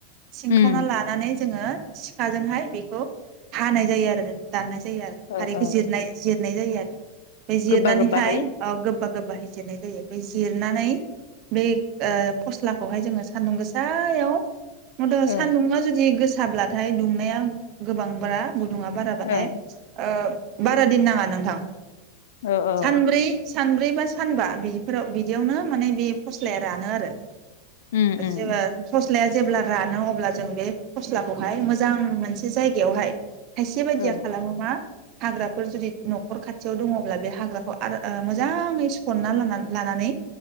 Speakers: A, on the right (about 40°); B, on the left (about 55°).
A: सिंखावना
B: उम
A: लानानै जोङो सिखाजोंहाय बेखौ हानाय जायो आरो दाननाय जायो आरो
B: ओ
A: खारैखौ
B: ओ
A: जिरनाय जिरनाय जायो आरो बे जिरनानैहाय
B: गोबा गोबाहै
A: अ गोबाब गो बाहै जिरनाय जायो बे जिरनानै बै ओ फस्लाखौहाय जोङो सान्दुं गोसायाव <unintelligible> सान्दुङा
B: ओ
A: जुदि गोस थाब्लाथाय दुंनाया गोबां ब्रा गुदुङा बाराबाथाय
B: ओ
A: ओ बारा दिन नाङा नोंथां।
B: ओ औ
A: सानब्रै सानब्रै बा सानबा बिफोराव बिदियावनो माने बे फस्लाया रानो आरो
B: उम उम
A: जोङो सस फस्लाया जेब्ला रानो अब्ला जों बे फस्लाखौहाय मोजां मोनसे जायगायावहाय खायसे बायदिया
B: औ
A: खालामो मा हाग्राफोर जुदि न'खर खाथियाव दङब्ला बे हाग्राखौ आरो मोजाङै सुफनना ला लानानै